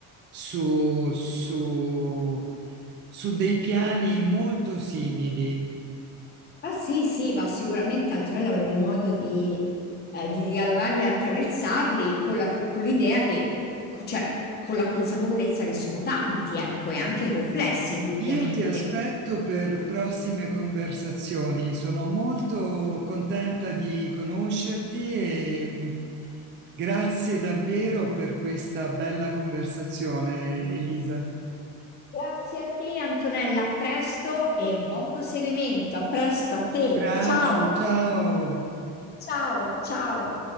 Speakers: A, on the right; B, on the left.
A: su, su su dei piani molto simili.
B: Ah sì, sì, ma sicuramente Antonella avremo modo di, eh, di dialogarli e attraversarli con la- con l'idea che, cioè, con la consapevolezza che sono tanti, ecco, e anche complessi, indubbiamente.
A: Io ti aspetto per prossime conversazioni. Sono molto contenta di conoscerti e mh, grazie davvero per questa bella conversazione, Elisa.
B: Grazie a te, Antonella, a presto e buon proseguimento. A presto a te.
A: Grazie,
B: Ciao,
A: ciao.
B: ciao, ciao.